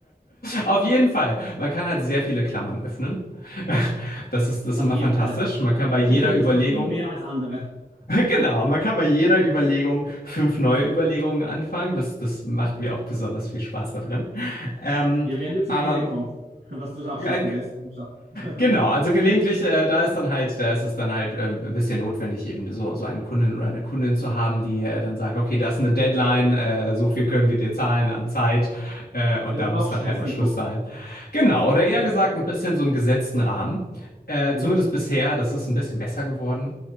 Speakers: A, on the left; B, on the right.
A: auf jeden Fall. Man kann halt sehr viele Klammern öffnen. Das ist, das
B: Auf
A: ist immer
B: jeden
A: fantastisch.
B: Fall.
A: Man kann bei jeder
B: Du findest
A: Überlegung,
B: noch viel mehr als andere.
A: <laughs> genau, man kann bei jeder Überlegung fünf neue Überlegungen anfangen. Das, das macht mir auch besonders viel Spaß da drin. Ähm,
B: Ja, wenn du zum
A: aber
B: Ende kommst, <laughs> was du auch
A: ja,
B: schaffen wirst. komm schon. <laughs>
A: Genau, also gelegentlich, äh, da ist dann halt, da ist es dann halt äh, ein bisschen notwendig, eben so, so einen Kunden oder eine Kundin zu haben, die äh, dann sagt, okay, das ist eine Deadline, äh, so viel können wir dir zahlen an Zeit äh, und
B: Ja,
A: da
B: du brauchst
A: muss dann
B: Stress
A: halt mal
B: und
A: Schluss
B: Druck.
A: sein. Genau, oder eher gesagt, ein bisschen so einen gesetzten Rahmen. Äh,
B: Mhm.
A: zumindest bisher, das ist ein bisschen besser geworden.